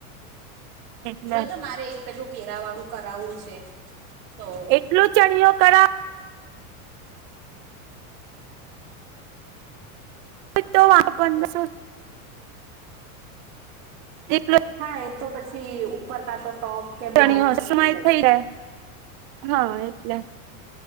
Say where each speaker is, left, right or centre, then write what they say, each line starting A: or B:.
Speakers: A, on the right; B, on the right.
A: એટલે
B: હ જોજ મારે એક પેલું ઘેરા વાળું કરાવવું છે. તો
A: એટલું ચણયો કરાવ તો <unintelligible> એકલે
B: હા એ તો પછી ઉપર કાતો ટોપ કે બ્લાઉઝ
A: ચણી હો
B: જોઈ
A: શું માય
B: લઈ
A: થઈ જાય, હા એટલે.